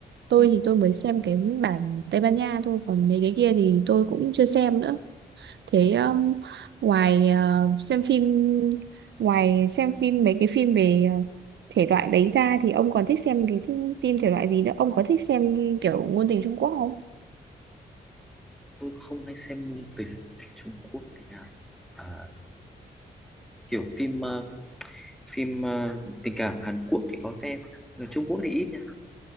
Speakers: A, on the right; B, in the centre.
A: Tôi
B: Ừ.
A: thì tôi mới xem cái bản Tây Ban Nha thôi, còn mấy cái kia thì tôi cũng chưa xem nữa. Thế um, ngoài ờ, xem phim ngoài xem phim mấy cái phim về ờ, thể loại đấy ra thì ông còn thích xem cái thi- phim thể loại gì nữa? Ông có thích xem kiểu ngôn tình Trung Quốc không?
B: tôi không hay xem ngôn tình Trung Quốc thì nào à, kiểu phim ờ, phim ờ, tình cảm Hàn Quốc thì có xem Ở Trung Quốc thì ít nha